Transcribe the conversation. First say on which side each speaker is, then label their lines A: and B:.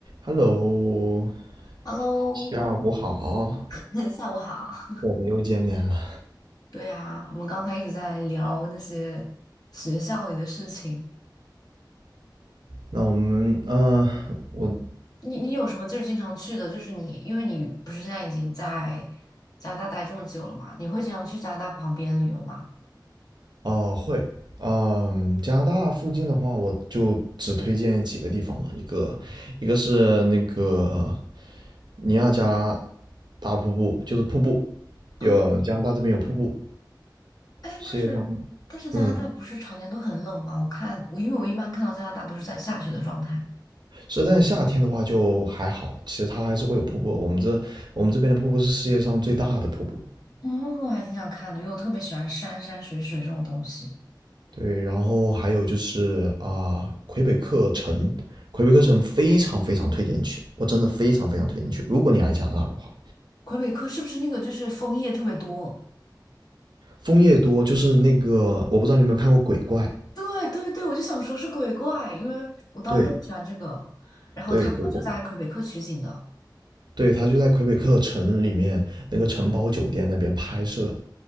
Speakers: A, on the right; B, on the left.
A: Hello，
B: Hello，
A: 下午好，
B: <laughs> 下午好。
A: 我们又见面了。
B: 对啊，我们刚才一直在聊那些学校里的事情。
A: 那我们，嗯、我
B: 你你有什么就是经常去的？就是你，因为你不是现在已经在加拿大待这么久了嘛，你会经常去加拿大旁边旅游吗？
A: 啊、呃会，嗯、加拿大附近的话，我就只推荐几个地方嘛，一个，一个是那个尼亚加拉大瀑布，就是瀑布，
B: 啊，
A: 有加拿大这边有瀑布，
B: 哎，
A: 世界上，
B: 但是但是加拿大不是常年都很冷吗？
A: 嗯，
B: 我看我因为我一般看到加拿大都是在下雪的状态。
A: 是，但是夏天的话就还好，其实它还是会有瀑布。我们这我们这边的瀑布是世界上最大的瀑布，
B: 嗯，那我还挺想看的，因为我特别喜欢山山水水这种东西。
A: 对，然后还有就是啊，魁北克城，魁北克城非常非常推荐去，我真的非常非常推荐去。如果你来加拿大的话，
B: 魁北克是不是那个就是枫叶特别多？
A: 枫叶多就是那个，我不知道你有没有看过鬼怪，
B: 对对对，我就想说是鬼怪，因为我当时特别喜欢这个，
A: 对
B: 然后他好像就在魁北克取景的。
A: 对，鬼怪，对，它就在魁北克城里面那个城堡酒店那边拍摄的，